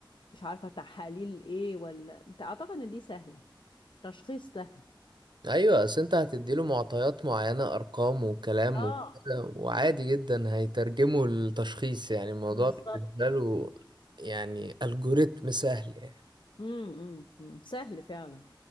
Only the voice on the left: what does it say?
مش عارفة تحاليل إيه ولا أنت أعتقد إن دي سهلة تشخيص سهل
اه
بالظبط
امم امم سهل فعلا